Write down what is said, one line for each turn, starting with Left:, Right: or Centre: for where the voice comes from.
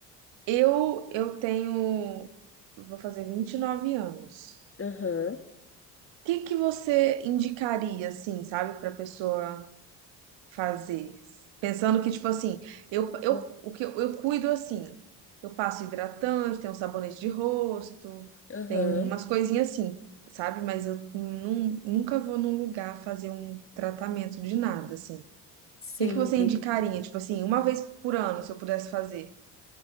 Right: eu eu tenho, vou fazer 29 anos.
Left: aham,
Right: que que você indicaria, assim, sabe, para pessoa fazer? Pensando que, tipo assim, eu, eu,
Left: ah-
Right: o que eu, eu cuido assim, eu passo hidratante, tenho um sabonete de rosto,
Left: aham.
Right: tem umas coisinhas assim, sabe? Mas eu nun- nunca vou num lugar fazer um tratamento de nada, assim. O
Left: Sim,
Right: que que você
Left: entendi
Right: indicaria? Tipo assim, uma vez por ano, se eu pudesse fazer?